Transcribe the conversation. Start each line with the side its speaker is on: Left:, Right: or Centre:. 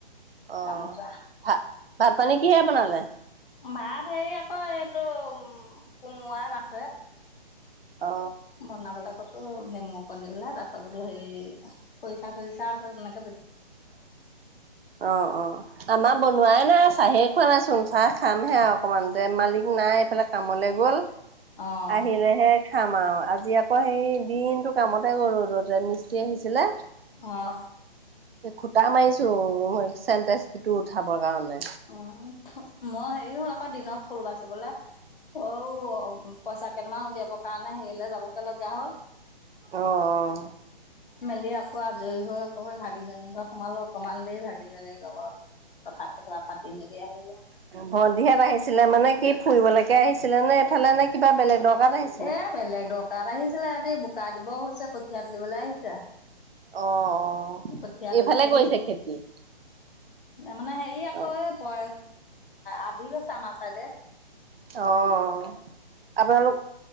Right: অ
Left: গামোচা
Right: ভাত ভাত পানী কিহে বনালে?
Left: ভাত হেৰি আকৌ এইটো উ কোমোৱাই মাছে
Right: অ
Left: বনাবলৈ কৈছোঁ নেমু অকণ দি পেলাই তাৰপাছত বোলো হে খৰিচা চইচা আছে তেনেক
Right: অ অ আমাৰ বনোৱাই নাই চাহে খোৱা নাইচোন চাহ খামহে অকমান তে মালিক নাই এইফালে কামলে গ'ল
Left: অঁ
Right: আহিলেহে খাম আও আজি আকৌ সেই দিনটো কামতে গল ৰদতে মিস্ত্ৰী আহিছিলে
Left: অহ
Right: এ খুটা মাৰিছো চেণ্টেজটিটো উঠাবৰ কাৰণে
Left: অ মই হেৰি হ'ল আকৌ দিনত ফুল বাচিবলে অঔ পইচা কেইটামান উলিয়াব কাৰণে হেৰিলে যাবগে লগীয়া হ'ল
Right: অ অ
Left: গৈ আকৌ আজৰি হৈ আকৌ হৈ ভাগিনজনীৰ ঘৰত সোমালো অকণমান দেৰি ভাগি নজনিৰ লগত কথা <unintelligible> আহিলোঁ
Right: ভন্টিহেত আহিছিলে মানে কি ফুৰিবলৈকে আহিছিলে নে এইফালে নে কিবা বেলেগ দৰকাৰত আহিছিলে?
Left: এ বেলেগ দৰকাৰত আহিছিলে ইহতি বোকা দিব হৈছে কঠিয়াত তুলিবলে আহিছে
Right: অ অ
Left: কঠীয়া
Right: এইফালে
Left: তুলিছে
Right: কৰিছে খেতি
Left: তাৰ মানে হেৰি আকৌ
Right: অ'।
Left: আধি লৈছে আমাৰ চাইদে
Right: অ আপোনালোক